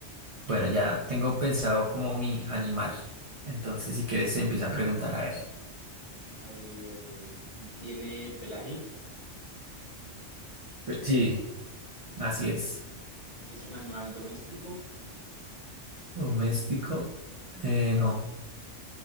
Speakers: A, on the right (about 60°); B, on the left (about 30°).
A: Bueno, ya tengo pensado como mi animal. Entonces, si quieres, empieza a preguntar a él.
B: A ver, tiene pelaje,
A: Eh, Sí, así es.
B: es un animal doméstico,
A: Doméstico. Eh, no,